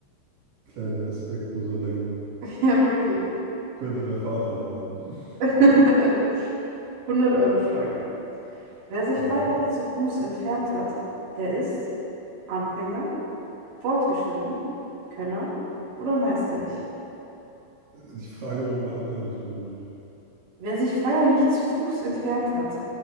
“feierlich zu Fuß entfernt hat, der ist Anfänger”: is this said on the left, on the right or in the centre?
Right